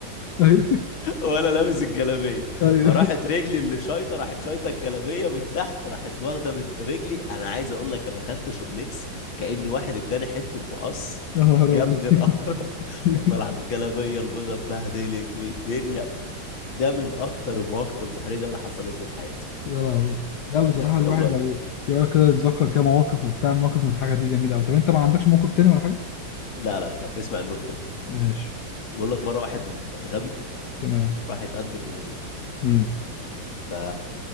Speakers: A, on the left; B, on the left.
A: ايوه
B: ولا لابس الجلابيه
A: <laughs> ايوه
B: فراحت رجلي اللي شايطه راحت شايطه الجلابيه من تحت راحت واخده من رجلي انا عايز اقول لك انا خدت شوبليكس كأن واحد اداني حته مقص
A: يا نهار
B: جابني
A: ابيض
B: الارض <laughs>
A: <laughs>
B: والله العظيم الجلابيه البيضه اتبهدلت والدنيا ده من اكتر المواقف المحرجه اللي حصلت لي في حياتي
A: يا لهوي لا بصراحة الواحد
B: والله
A: لو يقعد كده يتذكر كده مواقف وبتاع مواقف مضحكة دي جميلة أوي طب أنت ما عندكش موقف تاني ولا حاجة؟
B: لا لا طب اسمع النكته دي
A: ماشي
B: بيقول لك مره واحد غبي
A: تمام
B: راح يتقدم لوظيفه
A: امم
B: ف